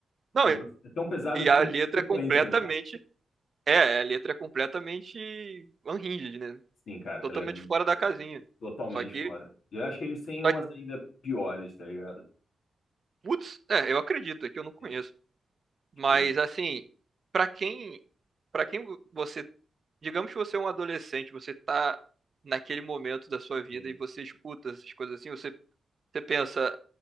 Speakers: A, on the right (about 55°); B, on the left (about 75°).
A: Não,
B: O negócio
A: e
B: é tão pesado
A: e
B: que
A: a
B: tem
A: letra
B: sequência.
A: é completamente. É, a letra é completamente unhinged, né?
B: Sim, cara,
A: Totalmente
B: ela é
A: fora da casinha.
B: totalmente
A: Só que,
B: fora. E eu acho que eles têm
A: só
B: umas
A: que,
B: ainda piores, tá ligado?
A: putz, é, eu acredito, é que eu não conheço.
B: Sim.
A: Mas
B: Tipo,
A: assim, pra quem, para quem você, digamos que você é um adolescente, você tá naquele momento da sua vida
B: sim.
A: e você escuta essas coisas assim, você, você pensa,